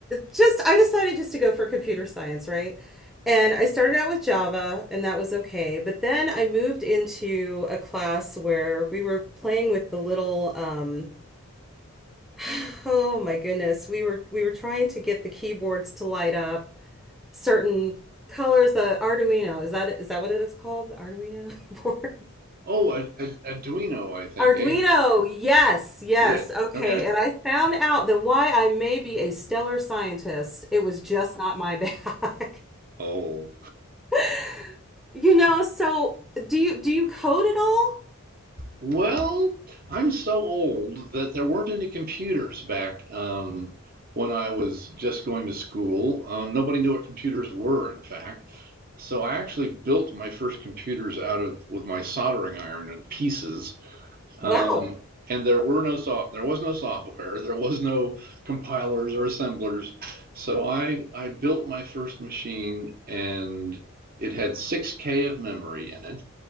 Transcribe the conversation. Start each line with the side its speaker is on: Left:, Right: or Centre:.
Centre: just I decided just to go for computer science, right? And I started out with Java, and that was okay. But then I moved into a class where we were playing with the little um <sighs> oh my goodness, we were we were trying to get the keyboards to light up certain colors, the Arduino. Is that is that what it is called? The Arduino board?
Right: Oh, Ad Ad Arduino,
Centre: <laughs>
Right: I think.
Centre: Arduino,
Right: A
Centre: yes, yes.
Right: yes.
Centre: Okay.
Right: Okay.
Centre: And I found out that why I may be a stellar scientist, it was just not my bag. <laughs>
Right: Oh.
Centre: <laughs> You know, so do you do you code at all?
Right: Well, I'm so old that there weren't any computers back um, when I was just going to school. Um, nobody knew what computers were, in fact. So I actually built my first computers out of with my soldering iron and pieces. Um,
Centre: Wow.
Right: and there were no soft, there was no software, there was no compilers or assemblers. So I I built my first machine, and it had 6K of memory in it,